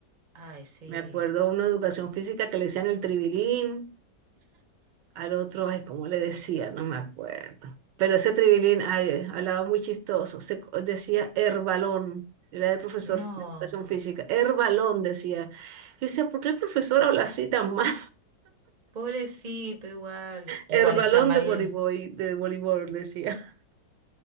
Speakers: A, on the right (about 55°); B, on the right (about 80°).
A: Ay, sí.
B: Me acuerdo una educación física que le decían el tribilín, al otro, ay, ¿cómo le decía? No me acuerdo. Pero ese tribilín, ay, hablaba muy chistoso, se co- decía herbalón, era el profesor
A: No,
B: de educación física, herbalón decía. Yo decía, ¿por qué el profesor habla así tan mal?
A: pobrecito, igual. Igual
B: El balón
A: está mal.
B: de voleibol, de voleibol, decía.